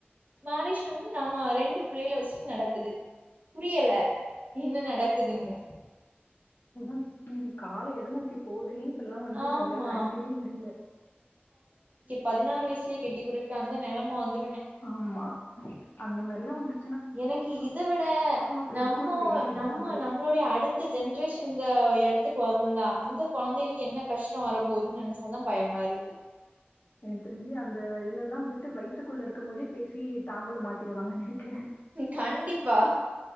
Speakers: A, on the right; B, on the left.
A: மேரேஜ் பண்ட்டு நாம ரெண்டு பிள்ளைல வச்சுட்டு நடக்குது புரியல என்ன நடக்குதுன்னு
B: <inaudible> காலோ எத நோக்கி போதுனே இப்பல்லா வந்து
A: ஆமா.
B: நம்ளால கணிக்கவே முடில
A: பதினாறு வய்சுலே கெட்டி குடுக் அந்த நெலம வந்து
B: ஆம்மா அந்த மெரில்லா வந்து
A: எனக்கு இத விட
B: போறதுக்கு
A: நம்மோ
B: ஒரு பெரிய எக்ஸாம்பிள்
A: நம்ம நம்ளோடைய அடுத்த ஜென்ரேஷன் இந்த ப்ப எடத்துக்கு வருல்லா அந்த கொழந்தைளுக்கு என்ன கஷ்டோ வரப்போதுன் நெனைச்சாதா பயமாருக்கு
B: எனக்கு தெரிஞ்சு அந்த இதுலலா வந்துட்டு வய்த்துக்குள்ள இருக்கும்போதே பேசி தாம்பூல மாத்திருவாங்கன் நெனைக்கிறே
A: கண்டிப்பா